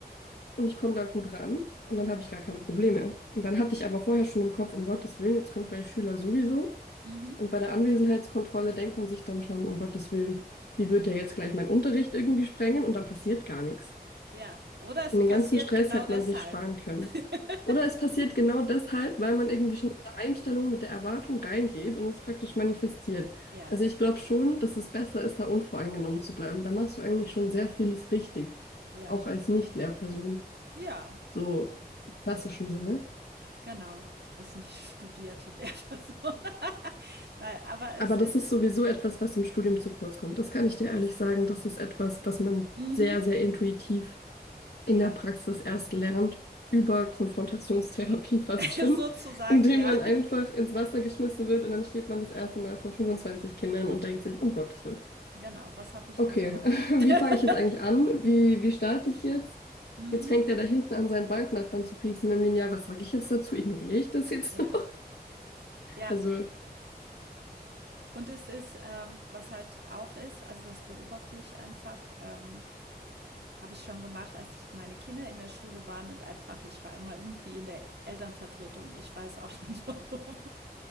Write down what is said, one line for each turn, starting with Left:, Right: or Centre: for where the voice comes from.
Left: und ich komme da gut ran und dann habe ich gar keine Probleme. Und dann hatte ich aber vorher schon im Kopf, um Gottes Willen, jetzt kommt gleich Schüler sowieso.
Right: Mhm.
Left: Und bei der Anwesenheitskontrolle denkt man sich dann schon, um Gottes Willen, wie wird der jetzt gleich meinen Unterricht irgendwie sprengen? Und dann passiert gar nichts.
Right: Ja. Oder es
Left: Und
Right: passiert
Left: den ganzen Stress
Right: genau
Left: hätte
Right: deshalb.
Left: man sich sparen können.
Right: <laughs>
Left: Oder es passiert genau deshalb, weil man irgendwie schon mit der Einstellung, mit der Erwartung reingeht und es praktisch manifestiert.
Right: Ja.
Left: Also ich glaube schon, dass es besser ist, da unvoreingenommen zu bleiben. Da machst du eigentlich schon sehr vieles richtig,
Right: Ja.
Left: auch als Nicht-Lehrperson
Right: Ja.
Left: so im klassischen Sinne.
Right: Genau, als nicht studierte Lehrperson. <laughs> Nein, aber
Left: Aber
Right: es
Left: das
Right: ist
Left: ist sowieso etwas, was im Studium zu kurz kommt. Das kann ich dir ehrlich
Right: das
Left: sagen. Das ist etwas, das man
Right: mhm,
Left: sehr, sehr intuitiv in
Right: ja,
Left: der Praxis erst lernt, über Konfrontationstherapie <laughs> fast
Right: <laughs>
Left: schon,
Right: sozusagen,
Left: indem
Right: ja.
Left: man einfach ins Wasser geschmissen wird und dann steht man das erste Mal vor 25 Kindern und denkt sich, um Gottes Willen.
Right: Genau, was habe ich
Left: Okay,
Right: da gemacht?
Left: <laughs>
Right: <laughs>
Left: wie fange ich jetzt eigentlich an? Wie, wie starte ich jetzt?
Right: Mhm,
Left: Jetzt fängt er da hinten an, seinen Banknachbarn zu pieksen mit dem Lineal. Was sage ich jetzt dazu? Ignoriere ich das jetzt
Right: ja,
Left: noch? <laughs>
Right: ja.
Left: Also,
Right: Und es ist, ähm, was halt auch ist, also das beobachte ich einfach, ähm, habe ich schon gemacht, als meine Kinder in der Schule waren und einfach, ich war immer irgendwie in der Elternvertretung. Ich weiß auch <laughs> nicht warum.